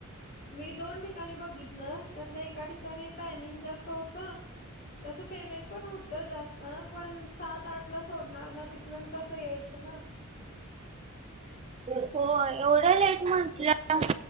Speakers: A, on the left (about 50°); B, on the right (about 30°).
A: मी दोन ठिकाणी बघितलं त्यातलं एका ठिकाणी टायमिंग जास्त होत. तसं पेमेंट पण होत. तर जास्त पण सात आठ ला सोडणार मग तिथून कसं यायचं ना.
B: हो एवढं लेट म्हटलं